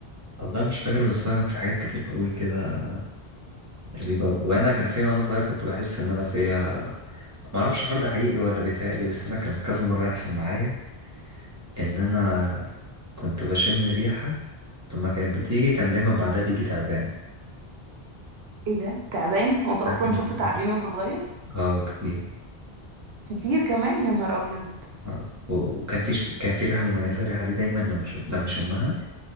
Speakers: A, on the right; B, on the right.
A: والله مش فاكر بس هو كان في حاجات كتير قوي كده غريبة وانا كان فيها وانا صغير كنت بحس ان انا فيها معرفش الحوار ده حقيقي ولا بيتهيألي بس انا كان كذا مرة يحصل معايا ان انا كنت بشم ريحة لما كانت بتيجي كان دايما بعدها بيجي تعبان
B: ايه ده تعبان
A: <laughs>
B: وانت اصلا
A: عارف الموضوع
B: شفت
A: ده؟
B: تعابين وانت صغير
A: اه كتير
B: كتير كمان يا نهار ابيض
A: آه. و- وكان في ش- كان في ريحة مميزة الريحة دي دايما لما شم... لما شمها